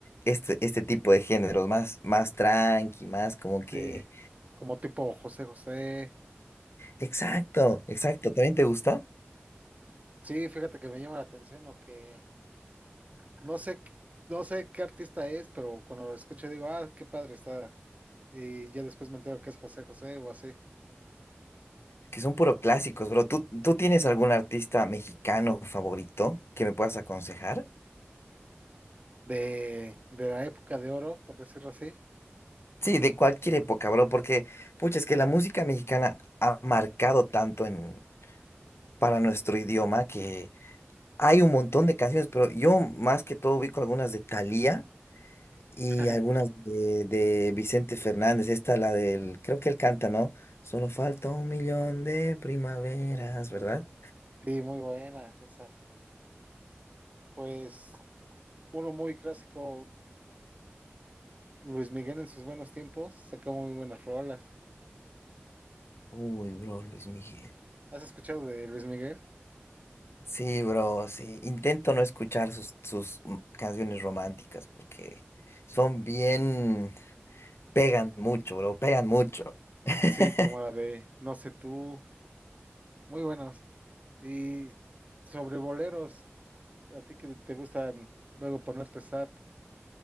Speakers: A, on the left; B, on the right.
A: este, este tipo de géneros, más, más tranqui, más como que...
B: sí, como tipo José José.
A: Exacto, exacto, ¿también te gusta?
B: Sí, fíjate que me llama la atención o que no sé, qué- no sé qué artista es, pero cuando lo escucho digo, ah, qué padre está. Y ya después me entero que es José José o así.
A: que son puro clásicos, bro. ¿Tú, tú tienes algún artista mexicano favorito que me puedas aconsejar?
B: de, de la época de oro, por decirlo así.
A: Sí, de cualquier época, bro, porque, pucha, es que la música mexicana ha marcado tanto en, para nuestro idioma que hay un montón de canciones, pero yo más que todo ubico algunas de Thalía y
B: <laughs>
A: algunas de, de Vicente Fernández. Esta, la del, creo que él canta, ¿no? Solo falta un millón de primaveras, ¿verdad?
B: Sí, muy buena esa. Pues uno muy clásico, Luis Miguel en sus buenos tiempos, sacó muy buenas rolas.
A: Uy, bro, Luis Miguel.
B: ¿Has escuchado de Luis Miguel?
A: Sí, bro, sí. Intento no escuchar sus, sus mm, canciones románticas porque son bien, pegan mucho, bro, pegan mucho. <laughs>
B: Sí, como la de No sé tú, muy buenos. Y sobre boleros, a ti que te gustan luego ponerte sad,